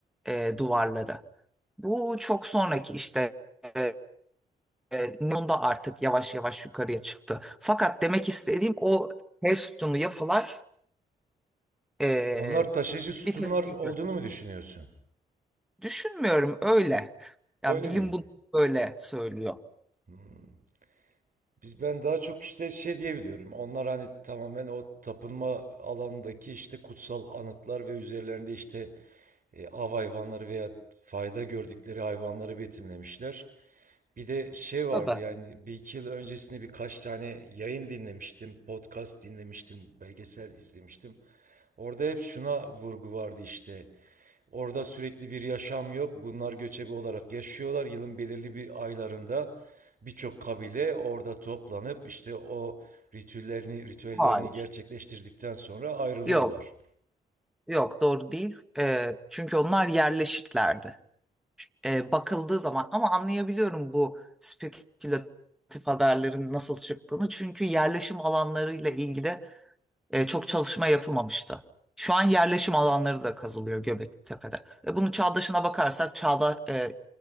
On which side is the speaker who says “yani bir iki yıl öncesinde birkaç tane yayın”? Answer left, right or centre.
Right